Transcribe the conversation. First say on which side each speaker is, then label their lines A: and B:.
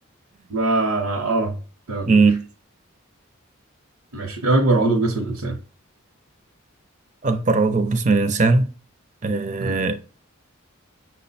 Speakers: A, on the right; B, on the right.
A: ما اه تمام
B: أمم،
A: ماشي ماشي ايه اكبر عضو في جسم الانسان
B: أكبر عضو في جسم الإنسان آه،
A: مم.